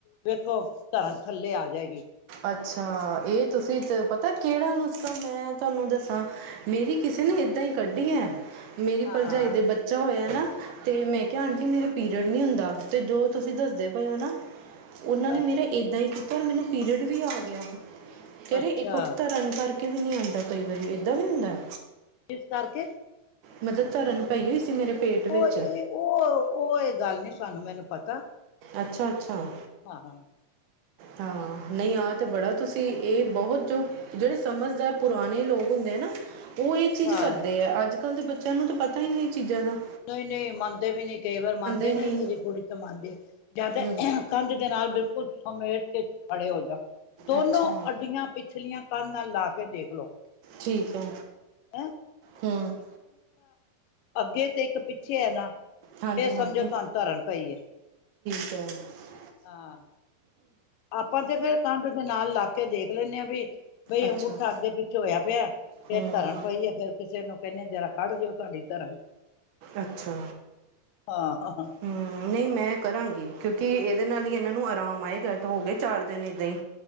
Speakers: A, on the left; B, on the right.
A: ਵੇਖੋ ਧਰਮ ਥੱਲੇ ਆ ਜਾਏਗੀ।
B: ਅੱਛਾ ਇਹ ਤੁਸੀਂ
A: ਹਾਂ
B: ਪਤਾ ਕਿਹੜਾ ਨੂੰ ਮੈਂ ਤੁਹਾਨੂੰ ਦੱਸਾਂ ਮੇਰੀ ਕਿਸੇ ਨੇ ਏਦਾਂ ਹੀ ਕੱਢੀ ਹੈ। ਮੇਰੀ
A: ਹਾਂ
B: ਭਰਜਾਈ ਦੇ ਬੱਚਾ ਹੋਇਆ ਨਾ ਤੇ ਮੈਂ ਕਿਹਾ ਆਂਟੀ ਮੇਰੇ ਪੀਰ ਨੀ ਹੁੰਦਾ ਤੇ ਜੋ ਤੁਸੀਂ ਦੱਸਦੇ ਪਏ ਹੋ ਨਾ ਉਹਨਾਂ ਨੇ
A: ਅੱਛਾ
B: ਮੇਰਾ ਏਦਾਂ ਹੀ ਕੀਤ ਫਿਰ ਮੈਨੂੰ <unintelligible> ਆ ਗਿਆ <unintelligible>
A: ਅੱਛਾ
B: ਧਰਨ ਕਰਕੇ ਵੀ ਨਹੀਂ ਆਂਦਾ ਕਈ ਵਾਰੀ ਏਦਾਂ ਵੀ ਹੁੰਦਾ
A: ਕਿਸ ਕਰਕੇ
B: ਮਗਰ ਧਰਨ ਪਈ ਹੋਈ ਸੀ ਮੇਰੇ ਪੇਟ ਵਿੱਚ
A: ਉਹ ਇਹ ਉਹ-ਉਹ ਗੱਲ ਨੀ ਸਾਨੂੰ ਮੈਨੂੰ ਪਤਾ
B: ਅੱਛਾ-ਅੱਛਾ
A: ਹਾਂ
B: ਹਾਂ ਨਹੀਂ ਆਹ ਤੇ ਬੜਾ ਤੁਸੀਂ ਇਹ ਬਹੁਤ ਜੋ ਜਿਹੜੇ ਸਮਝਦਾਰ ਪੁਰਾਣੇ ਲੋਕ ਹੁੰਦੇ ਆ ਨਾ ਉਹ ਇਹ ਚੀਜ਼
A: ਹਾਂ
B: ਕਰਦੇ ਹੈ ਅੱਜ ਅੱਜ ਕੱਲ ਦੇ ਬੱਚਿਆਂ ਨੂੰ ਤਾਂ ਪਤਾ ਹੀ ਨਹੀਂ ਚੀਜ਼ਾਂ ਦਾ
A: ਨਹੀਂ-ਨਹੀਂ ਮੰਨਦੇ ਵੀ ਨਹੀਂ ਕਈ ਵਾਰ ਮੰਨਦੇ
B: ਹੀ ਨਹੀਂ
A: ਨਾ ਮੇਰੀ ਕੁੜੀ ਤੋਂ ਮੰਨਦੀ ਜਾਂ
B: ਹੂੰ
A: ਤਾਂ ਦੇ ਨਾਲ ਬਿਲਕੁਲ ਸਮੇਟ ਕੇ ਖੜੇ ਹੋ ਜਾਂ ਦੋਨੋ
B: ਅੱਛਾ
A: ਅੱਡੀਆਂ ਪਿਛਲੀਆਂ ਧਨ ਨਾਲ ਲਾ ਕੇ ਦੇਖਲੋ
B: ਠੀਕ ਹੈ
A: <inaudible> ਤਾਂ
B: ਹੂੰ
A: ਅੱਗੇ ਤੇ ਇੱਕ ਪਿੱਛੇ ਐ ਨਾ ਫਿਰ
B: ਹਾਂਜੀ
A: ਸਮਝੋ
B: ਹਾਂਜੀ
A: ਤੁਹਾਨੂੰ ਧਰਨ ਪਈ ਏ
B: <inaudible>
A: ਹਾਂ ਆਪਾਂ ਜੇ ਫਿਰ ਕੰਦ ਦੇ ਨਾਲ ਲੱਗ ਕੇ ਦੇਖ ਲੈਣੇ ਆ ਵੀ ਬਈ
B: ਅੱਛਾ
A: ਅੰਗੂਠਾ ਅੱਗੇ ਪਿੱਛੋਂ ਹੋਇਆ ਪਿਆ ਫਿਰ
B: ਹੂੰ
A: ਧਰਨ ਪਈਏ ਫੇਰ ਕਿਸੇ ਨੂੰ ਕਹਿੰਦੇ ਜਰਾ ਕੱਢ ਜੋ ਤੁਹਾਡੀ ਧਰਨ
B: ਅੱਛਾ
A: ਹਾਂ ਹਾਂ
B: ਹੂੰ, ਨਹੀਂ ਮੈਂ ਕਰਾਂਗੀ ਕਿਉਂਕਿ ਕਿ ਇਹਦੇ ਨਾਲ ਹੀ ਇਹਨਾਂ ਨੂੰ ਆਰਾਮ ਆਏ ਗਾ ਤਾਂ ਹੋ ਗਏ ਚਾਰ ਦਿਨ ਇੱਦਾਂ ਹੀ